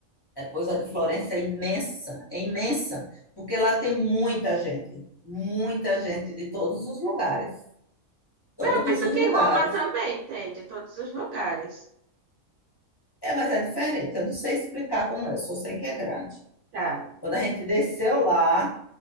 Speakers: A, on the left; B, on the right.
A: Depois a de Florença é imensa, é imensa, porque lá tem muita gente, muita
B: Nossa.
A: gente de todos os lugares, todos
B: Mas eu penso
A: os
B: que
A: lugares.
B: Roma também tem, de todos os lugares.
A: É, mas é diferente, eu não sei explicar como é, só sei que é grande.
B: Tá.
A: Quando a gente desceu lá,